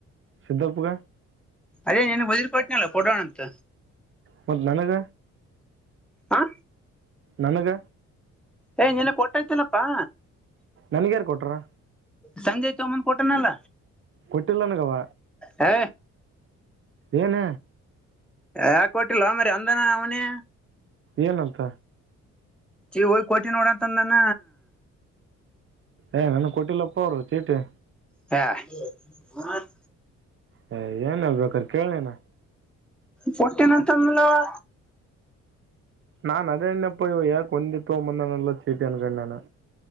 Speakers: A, on the right; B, in the centre.
A: ಸಿದ್ದಪ್ಪಗ
B: ಅದೇ ನಿನಗ್ವದ್ರೀ ಕೊಟ್ಟ್ನಲ್ಲ ಕೊಡು ಅಂತ
A: ಮತ್ ನನಗ
B: ಆ
A: ನನಗ
B: ಏ ನಿನಗ ಕೊಟ್ಟೈ್ತಲಪ್ಪಾ
A: ನನ್ಗ ಯಾರ್ ಕೊಟ್ರಾ
B: ಸಂಜಯ್ ತೋಮ್ಮಂದ್ ಕೊಟ್ಟನಲ್ಲ
A: ಕೊಟ್ಟಲ್ಲಾನ ಅವ
B: ಹೇ
A: ಏನ
B: ಯಾಕೆ ಕೊಟ್ಟಿಲ್ವಾ ಮರಿ ಅಂದಾನ ಅವನೆ
A: ಏನಂತ
B: ಚಿ ಹೋಗ್ ಕೋಟಿ ನೋಡಂತಂದಾನ
A: ಏ ನನ್ಗೆ ಕೊಟ್ಟಿಲ್ಲಪ್ಪ ಅವರು ಚೀಟಿ
B: ಹೇ <unintelligible>
A: ಹೇ ಏನ ಕೇಳು ಬೇಕರ್ ಕೇಳನೇನಾ
B: ಕೋಟೆನೆ ಅಂತ ಅಂದನ ಅಲ್ವಾ
A: ನಾನು ಅದೇ್ಣ ಪಯಾ ಕೊಂದಿ ತೋಂಬಂದ ನಲ್ಲಾ ಚೀಟಿ ಅನಕ ನಾನು